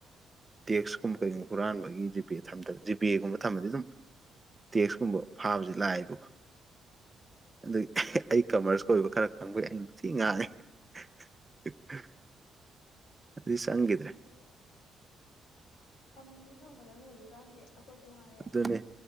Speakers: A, on the right; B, on the left.
A: ꯇꯦꯛꯁꯀꯨꯝꯕ ꯀꯩꯒꯨꯝꯕ ꯍꯨꯔꯥꯟꯕꯒꯤ ꯖꯤꯄꯦꯗ ꯊꯝꯗꯕ ꯖꯤꯄꯦꯒꯨꯝꯕ ꯊꯝꯃꯗꯤ ꯑꯗꯨꯝ ꯇꯦꯛꯁꯀꯨꯝꯕ ꯐꯥꯕꯁꯤ ꯂꯥꯏꯕꯀꯣ
B: ꯎꯝ
A: ꯑꯗꯨꯏ ꯑꯩ ꯀꯃꯔꯁ ꯀꯣꯏꯕ ꯈꯔ ꯈꯪꯕꯩ ꯑꯩꯟ ꯊꯤ ꯉꯥꯡꯉꯦ <unintelligible> ꯑꯗꯨ
B: ꯎꯝ
A: ꯆꯪꯒꯤꯗ꯭ꯔꯦ
B: <unintelligible> ꯊꯝꯗꯤ ꯊꯪꯒꯗꯕꯅꯦ ꯍꯧꯖꯤꯛꯀꯥꯟꯗꯤ ꯑꯩꯈꯣꯏꯁꯨ ꯉꯥꯏꯔꯦ
A: ꯑꯗꯨꯅꯦ